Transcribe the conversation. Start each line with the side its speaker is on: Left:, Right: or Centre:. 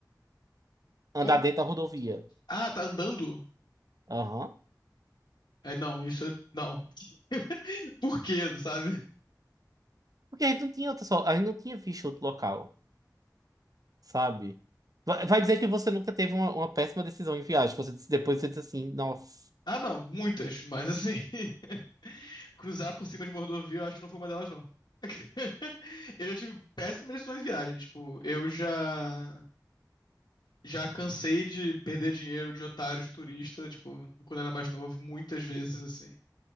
Right: andar
Left: Como-
Right: dentro da rodovia.
Left: Ah, tá andando?
Right: Aham.
Left: É, não, isso é... Não. <laughs> Por quê, sabe?
Right: Porque a gente não tinha outra, só, a gente não tinha visto outro local. sabe? Vai vai dizer que você nunca teve uma, uma péssima decisão em viagem. Você disse- depois você diz assim, nossa,
Left: Ah, não, muitas, mas assim... <laughs> Cruzar por cima de uma rodovia, eu acho que não foi uma delas, não. <laughs> Eu já tive péssimas decisões de viagem. Tipo, eu já... Já cansei de perder dinheiro de otário, de turista, tipo, quando era mais novo, muitas vezes, assim.